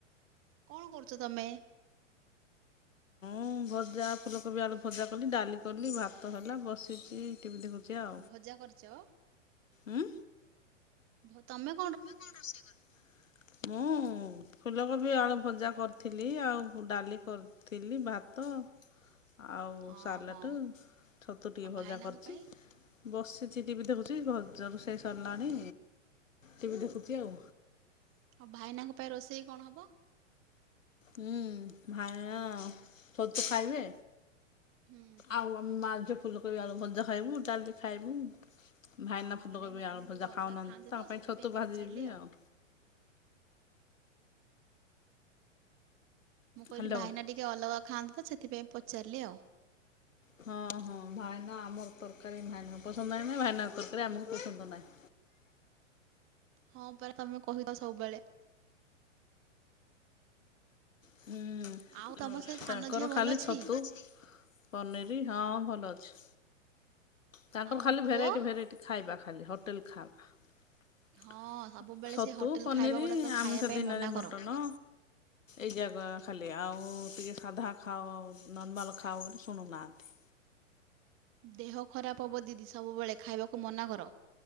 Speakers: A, on the right (about 35°); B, on the left (about 85°).
A: କଣ କରୁଛ ତମେ?
B: ମୁଁ ଭଜା ଫୁଲକୋବି ଆଳୁ ଭଜା କଲି ଡାଲି କଲି ଭାତ ହେଲା ବସିଛି। ଟିଭି ଦେଖଛି ଆଉ।
A: ଭଜା କରିଛ?
B: ଉଁ।
A: ମୁଁ ତମେ
B: ହତୁ କଣ ରୋଷେଇ କରିବୁ? ମୁଁ। ହଁ ଫୁଲକୋବି ଆଳୁ ଭଜା କରିଥିଲି ଆଉ ଡାଲି କରି ଥିଲି ଭାତ ଆଉ
A: ହଁ
B: ସାଲାଟ
A: ହଁ
B: ଛତୁଟିିକେ
A: ଆଉ
B: ଭଜା
A: ଭାଇନାଙ୍କ
B: କରିଚି।
A: ପାଇଁ
B: ବସିଚି ଟିଭି ଦେଖୁଛି ଭ ରୋଷେଇ ସରିଲାଣି। ଟିଭି ଦେଖୁଛି ଆଉ।
A: ଆଉ ଭାଇନାଙ୍କ ପାଇଁ ରୋଷେଇ କଣ ହବ?
B: ହୁଁ ଭାଇନା ଛତୁ ଖାଇବେ
A: ହୁଁ
B: ଆଉ ଆମେ ମା ଝିଅ ଫୁଲକୋବି ଆଳୁ ଭଜା ଖାଇବୁ ଡାଲି ଖାଇବୁ। ଭାଇନା
A: ହଁ
B: ଫୁଲକୋବି
A: ନାଇଁ ଭାଇନା
B: ଆଳୁ
A: ଟିକେ
B: ଭଜା
A: ଅଲଗା
B: ଖାଉନାହାଁନ୍ତି
A: ଖାଆନ୍ତି
B: ତ ତାଙ୍କ ପାଇଁ
A: ସେଥିପାଇଁ
B: ଛତୁ
A: ପଚାରିଲି
B: ଭାଜୀଦେବି ଆଉ।
A: ମୁଁ କହିଲି
B: ହ୍ୟାଲୋ।
A: ଭାଇନା ଟିକେ ଅଲଗା ଖାଆନ୍ତି ତ ସେଥିପାଇଁ ପଚାରିଲି ଆଉ।
B: ହଁ ହଁ ଭାଇନା ଆମର ତରକାରୀ ଭାଇନା ପସନ୍ଦ ନାହିଁ ନାଇଁ ଭାଇନା ଙ୍କ ତରକାରୀ ଆମକୁ ପସନ୍ଦ ନାହିଁ।
A: ହଁ ପରା ତମେ କହିଚ ସବୁବେଳେ।
B: ହୁଁ
A: ଆଉ ତମ ସେ ସାନ
B: ତାଙ୍କର
A: ଝିଅ ଭଲ
B: ଖାଲି
A: ଅଛି?
B: ଛତୁ ପନିର ହଁ ଭଲ ଅଛି। ତାଙ୍କୁ
A: ଆଉ
B: ଖାଲି ଭେରାଇଟି
A: ପୁଅ
B: ଭେରାଇଟି ଖାଇବା ଖାଲି ହୋଟେଲ ଖାଇବା।
A: ହଁ ସବୁବେଳେ
B: ଛତୁ
A: ସେ ହୋଟେଲ
B: ପନିର
A: ଖାଇବା ଗୁଡାକ
B: ଆମିଷ
A: ଖାଇବା ପାଇଁ
B: ଦିନରେ
A: ମନା
B: ମଟନ
A: କର।
B: ଏଇ ଯାଗ ଖାଲି ଆଉ ଟିକେ ସାଧା ଖାଅ ନର୍ମାଲ୍ ଖାଅ ବୋଲି ଶୁଣୁନାହାନ୍ତି।
A: ଦେହ ଖରାପ ହବ ଦିଦି ସବୁବେଳେ ଖାଇବାକୁ ମନା କର।